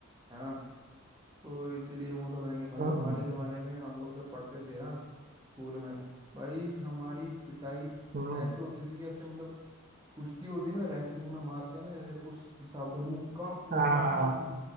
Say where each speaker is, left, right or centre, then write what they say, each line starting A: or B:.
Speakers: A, on the right; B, on the right.
A: है ना तो इसीलिए वो सब है नहीं भाई
B: हम्म
A: हमारे जमाने में हम लोग जब पढ़ते थे ना स्कूल में भाई हमारी पिटाई
B: हम्म
A: ऐसे होती थी कि ऐसे मतलब कुश्ती होती ना रेसलिंग में मारते हैं ना जैसे उस हिसाब से मुक्का मुक्का
B: हाँ हाँ
A: मारते
B: हाँ,
A: थे